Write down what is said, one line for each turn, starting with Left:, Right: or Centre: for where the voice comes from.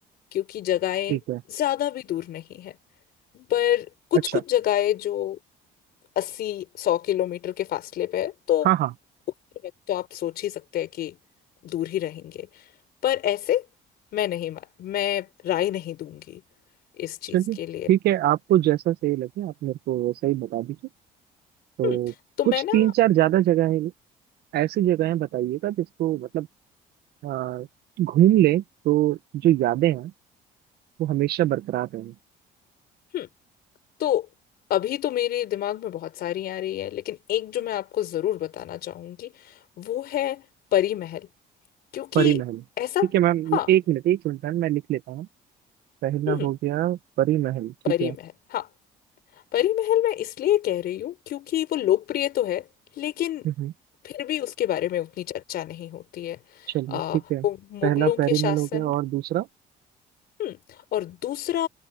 Left: क्योंकि जगहें
Right: ठीक है
Left: ज्यादा भी दूर नहीं है पर कुछ
Right: अच्छा
Left: कुछ जगहें जो अस्सी सौ किलोमीटर के फासले पे है तो
Right: हाँ हाँ
Left: उसके वक्त तो आप सोच ही सकते हैं कि दूर ही रहेंगे पर ऐसे मैं नहीं मा- मैं राय नहीं दूंगी इस चीज
Right: चलिए
Left: के लिए
Right: ठीक है आपको जैसा सही लगे आप मेरे को वैसा ही बता दीजिए तो
Left: हम्म तो
Right: कुछ
Left: मैं ना
Right: तीन चार ज्यादा जगह है ऐसी जगहें बताइएगा जिसको मतलब अ, घूम लें तो जो यादें हैं वो हमेशा बरकरार रहें
Left: हम्म तो अभी तो मेरे दिमाग में बहुत सारी आ रही है लेकिन एक जो मैं आपको जरूर बताना चाहूंगी वो है परी महल क्योंकि
Right: परी महल
Left: ऐसा
Right: ठीक है मैम
Left: हाँ
Right: मैं- एक मिनट एक मिनट मैम मैं लिख लेता हूँ पहला
Left: हम्म
Right: हो गया परी महल ठीक
Left: परी
Right: है
Left: महल हाँ परी महल मैं इसलिए कह रही हूँ क्योंकि वो लोकप्रिय तो है लेकिन
Right: हम्म,
Left: फिर भी उसके बारे में उतनी चर्चा नहीं होती है
Right: चलिए
Left: आ,
Right: ठीक
Left: वो
Right: है
Left: मुगलों
Right: पहला परी
Left: के
Right: महल
Left: शासन
Right: हो गया और दूसरा
Left: हम्म और दूसरा